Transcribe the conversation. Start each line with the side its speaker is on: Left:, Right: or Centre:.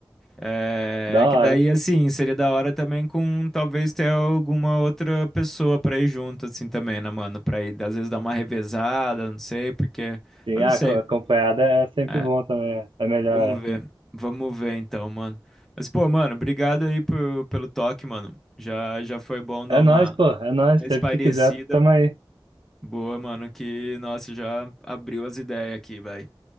Centre: É,
Right: da
Centre: é
Right: hora.
Centre: que daí, assim, seria da hora também com talvez ter alguma outra pessoa pra ir junto, assim, também, né, mano? Pra ir, às vezes, dar uma revezada, não sei, porque.
Right: Sim,
Centre: Mas
Right: ah,
Centre: não sei.
Right: co- acompanhada é sempre
Centre: É,
Right: bom também. É é melhor.
Centre: vamos ver. Vamos ver então, mano. Mas, pô, mano, obrigado aí por- pelo toque, mano. Já, já foi bom dar
Right: É É nóis,
Centre: uma
Right: pô, é nóis.
Centre: mais
Right: Sempre
Centre: parecida.
Right: que quiser, tamo aí.
Centre: Boa, mano, que, nossa, já abriu as ideias aqui, vai.